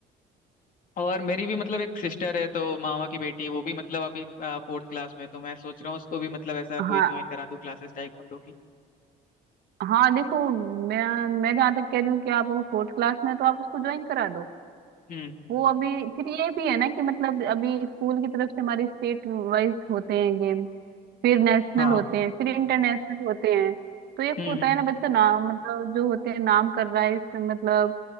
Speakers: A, on the left; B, on the right.
A: और मेरी भी मतलब एक सिस्टर है तो मामा की बेटी वो भी मतलब अभी फोर्थ क्लास में है, तो मैं सोच रहा हूँ उसको भी मतलब ऐसा कोई
B: हाँ
A: ज्वाइन करा दूँ क्लासेस टाइकोंडो की
B: हाँ देखो मैं मैं जहाँ तक कह रही हूँ कि आप फोर्थ क्लास में हैं, तो आप उसको ज्वाइन करा दो
A: हम्म
B: वो अभी फिर ये भी है ना कि मतलब अभी स्कूल की तरफ से हमारी स्टेट वाइज होते हैं गेम फिर नेशनल
A: हाँ
B: होते हैं फिर इंटरनेशनल होते हैं तो एक
A: हम्म
B: होता
A: हम्म
B: है ना बच्चा नाम मतलब जो होते हैं नाम कर रहा है इस मतलब